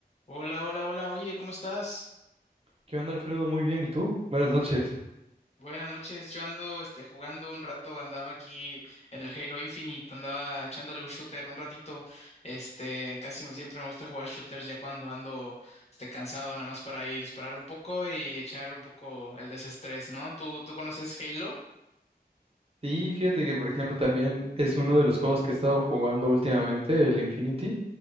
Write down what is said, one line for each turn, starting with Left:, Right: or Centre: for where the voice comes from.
Left: Hola, hola, hola, oye, ¿cómo estás?
Right: ¿Qué onda, Alfredo? Muy bien, ¿y tú? Buenas noches.
Left: Buenas noches, yo ando este, jugando un rato, andaba aquí en el Halo Infinite, andaba echándole un shooter un ratito, este, casi me- siempre me gusta jugar shooters ya cuando ando este, cansado, nada más para ahí disparar un poco y echar un poco el desestrés, ¿no? ¿Tú, tú conoces Halo?
Right: Sí, fíjate que, por ejemplo, también es uno de los juegos que he estado jugando últimamente, el Infinity.